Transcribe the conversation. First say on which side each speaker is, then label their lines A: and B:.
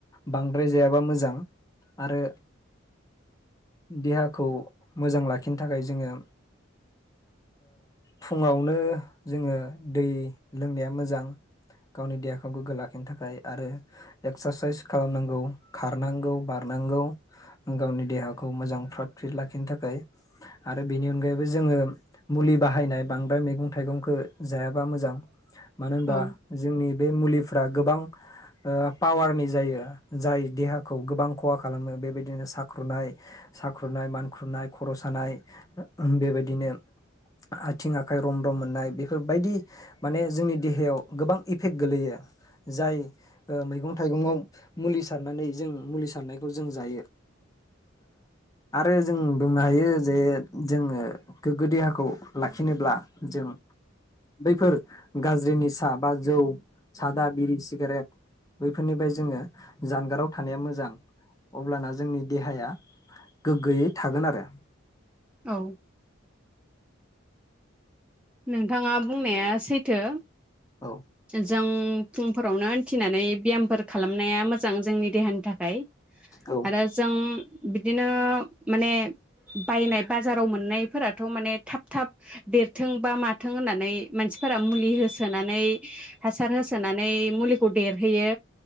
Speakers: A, on the left; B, in the centre.
A: बांद्राय जायाबा मोजां आरो देहाखौ मोजां लाखिनो थाखाय जोङो फुङावनो जोङो दै लोंनाया मोजां गावनि देहाखौ गोग्गो लाखिनो थाखाय आरो। एक्सारसाइस खालामनांगौ खारनांगौ बारनांगौ गावनि देहाखौ मोजां फ्रात फ्रिट लाखिनो थाखाय आरो बेनि अनगायैबो जोङो मुलि बाहायनाय बांद्राय मैगं-थाइगंखौ जायाबा मोजां मानो होनबा
B: औ
A: जोंनि बे मुलिफ्रा गोबां। पावारनि जायो जाय देहाखौ गोबां खहा खालामो बेबायदिनो साखुनाय साखुनाय मानखुरनाय खर' सानाय बेबायदिनो आथिं आखाइ रम रम मोननाय बेफोरबायदि माने जोंनि देहायाव गोबां इफेक्ट गोगलैयो जाय मैगं थाइगंआव मुलि सारनानै जों मुलि सारनायखौ जों जायो आरो जों बुंनो हायो जे जोङो गोग्गो देहाखौ लाखिनोब्ला जों बैफोर गाज्रिनि सा बा जौ सादा बिरि सिगारेट बैफोरनिफ्राय जोङो जानगाराव थानाया मोजां अब्लाना जोंनि देहाया गोग्गोयै थागोन आरो।
B: औ। नोंथाङा बुंनाया सैथो।
A: औ।
B: जों फुंफोरावनो उथिनानै ब्यामफोर खालामनाया मोजां जोंनि देहानि थाखाय
A: औ
B: आरो जों बिदिनो माने बायनाय बाजाराव मोननायफोराथ' माने थाब थाब देर थों बा माथों होननानै मानसिफोरा मुलि होसोनानै हासार होसोनानै मुलिखौ देरहोयो।